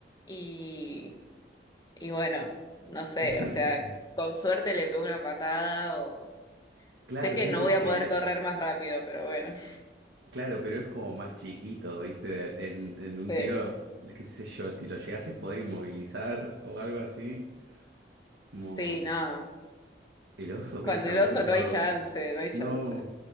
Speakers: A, on the left; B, on the right.
A: y, y bueno, no sé,
B: <laughs>
A: o sea, con suerte le pego una patada o...
B: Claro,
A: Sé que
B: siento
A: no voy a
B: que,
A: poder correr más rápido, pero bueno. <laughs>
B: claro, pero es como más chiquito, ¿viste? En, en un
A: Sí,
B: tiro, qué sé yo, si lo llegase a poder inmovilizar o algo así, como
A: sí, no.
B: el oso pesa
A: Con el
B: mucho,
A: oso no hay chance, no hay
B: no.
A: chance.